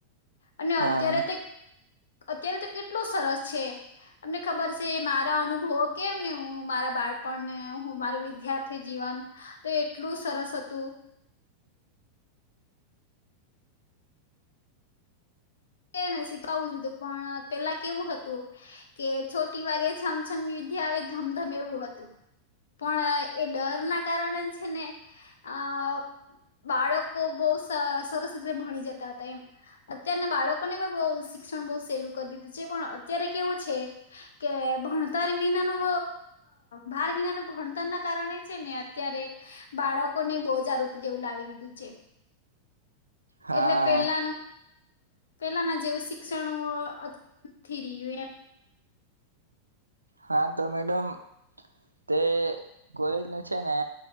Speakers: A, on the left; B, on the right.
A: અને
B: હા
A: અત્યારે તે અત્યારે તો કેટલું સરસ છે તમને ખબર છે મારા અનુભવો કેમ ને હું મારા બાળપણને હું મારું વિદ્યાર્થી જીવન તો એટલું સરસ હતું. શીખું જ હતું પણ પેલા કેવું હતું કે છોટી વાગે છમછમ યુધ્યા આવે ધમધમ એવું હતું પણ એ ડર ના કારણે છે ને આ બાળકો બો સ સરસ રીતે ભણી જતા હતા એમ અત્યારના બાળકો લોકોને બો શિક્ષણ બો સેલું કરી દીધું છે પણ અત્યારે કેવું છે કે ભણતર વિનાનું ભાર વિનાનું ભણતર ના કારણે છે ને અત્યારે બાળકોને બીજા રૂપ જેવું લાવી દીધું છે.
B: હા
A: એટલે પેલાનું પેલાના જેવું શિક્ષણ અ નથી રહ્યું એમ.
B: હા તો મેડમ તે કોલેજ નું છે ને